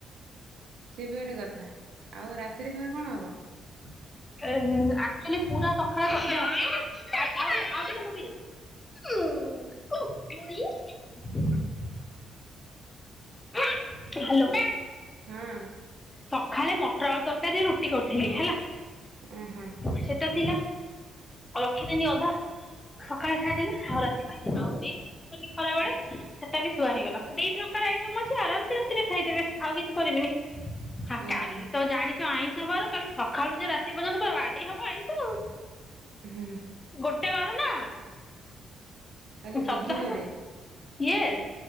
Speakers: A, on the right; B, on the left.
A: ସିଏ ବି ଗୋଟେ କଥା। ଆଉ ରାତିରେ ଫେଣେ କଣ ହବ?
B: <inaudible> ଏ ହୁଁ ହୁଁ ଆକଚୁଏଲି ପୁରା ସକାଳେ <unintelligible> ଆଉ ଟି ଆଉ ଟିକେ ଆଉ ଟିକେ ମୁଁ ପିଇଦେ <unintelligible> <unintelligible> ହାଲୋ।
A: ହୁଁ।
B: ସଖାଳେ ମଟର ଆଳୁ ତରକାରୀ ରୁଟି କରୁଥିଲି ହେଲା।
A: ଉଁ ହୁଁ।
B: ସେଇଟା ଥିଲା ରଖିଦେନି ଅଧା। ସକାଳେ ଖାଇଦେଲି ଆଉ ରାତି ପାଇଁ ଆଉ ଏଇ <unintelligible> ଖାଇବନି ଖରାବେଳେ ସେଟା ବି ଥୁଆ ହେଇଗଲା ଦି ପ୍ରକାର ଆଇଟମ୍ ଅଛି ଆରାମ ସେ ରାତିରେ ଖାଇଦେବେ ଆଉ କିଛି କରିବେନି। ହା
A: ଓହୋ।
B: କାଲି ତ ଜାଣିଚ ଆଇଁଷ ବାର। କାଲି ସକାଳୁ ଯେ ରାତି ପର୍ଯ୍ୟନ୍ତ ବାଡେଇ ହବ ଆଇଁଷ ଆଉ।
A: <unintelligible> ଉ ହୁଁ।
B: ଗୋଟେ ବାର ନା।
A: କାଲି
B: ସପ୍ତାହରେ
A: ବୁଧବାରେ
B: ୟେସ୍।